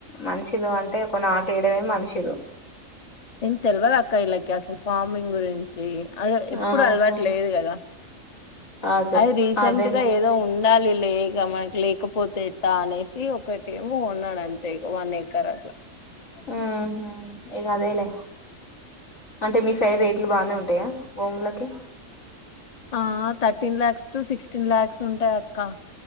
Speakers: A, on the left (about 80°); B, on the left (about 30°).
A: మనుషులు అంటే ఒక నాటేయడమే మనుషులు
B: ఏం తెల్వదా అక్క ఇల్లకి అసలు ఫార్మింగ్ గురించి అది ఎప్పుడు
A: ఆహా
B: అలవాటు లేదు కదా
A: అదే
B: అది రీసెంట్
A: అదేలే
B: గా ఏదో ఉం డాలిలే ఇగ మనకి లేకపోతే ఎట్ట అనేసి ఒకట ఏం ఉన్నాడు అంతే వన్ ఏకర్ అట్లా
A: ఉహు ఇక అదేలే అంటే మీ సైడ్ రేట్లు బానే ఉంటాయ భూములకి
B: ఆ thirteen lakhs to sixteen lakhs ఉంటాయి అక్క